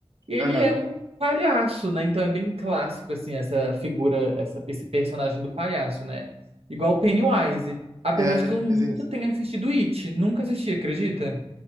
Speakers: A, on the right (about 75°); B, on the right (about 35°).
A: E ele
B: aham.
A: é um palhaço, né? Então, é bem clássico, assim, essa figura, essa, esse personagem do palhaço, né? Igual o Pennywise. Apesar
B: É,
A: de que eu
B: eu
A: nunca
B: pensei nisso.
A: tenha assistido It, nunca assisti, acredita?